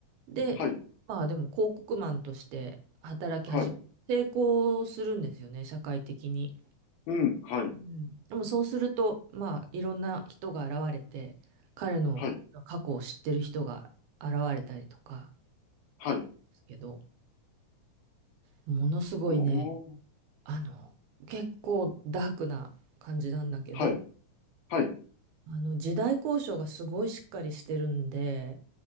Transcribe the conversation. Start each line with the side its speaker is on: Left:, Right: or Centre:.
Right: で、
Left: はい。
Right: まあでも広告マンとして働き始め、
Left: はい。
Right: 成功するんですよね、社会的に。
Left: うん。はい。
Right: うん。でもそうすると、まあいろんな人が現れて、彼の過去を知ってる人が現れたりとか
Left: はい。はい。
Right: ですけど、ものすごいね、
Left: おー。
Right: あの、結構ダークな感じなんだけど、
Left: はい。はい。
Right: あの時代交渉がすごいしっかりしてるんで、